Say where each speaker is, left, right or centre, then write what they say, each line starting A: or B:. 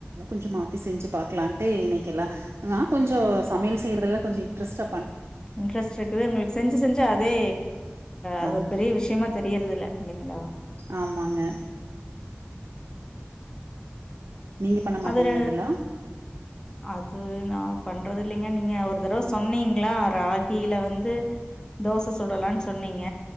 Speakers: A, on the right; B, on the left.
A: கொஞ்சம் மாத்தி செஞ்சு பாக்கலான்ட்டே இன்னைக்கெல்லா நா கொஞ்ச சமையல் செய்றதுல கொஞ்சம் இன்ட்ரஸ்ட்ட
B: இன்ட்ரெஸ்ட் இருக்குது உங்களுக் செஞ்சு செஞ்சு அதே அது
A: ஆம்
B: ஒரு பெரிய விஷயமா தெரியறது இல்ல இலிங்ளா
A: ஆமாங்க நீங்க பண்ண மாட்டீங்களா
B: அதுல
A: இதெல்லா
B: அது நா பண்றதில்லிங்க நீங்க ஒரு தடவை சொன்னீங்ளா ராகில வந்து தோச சுடலானு சொன்னீங்க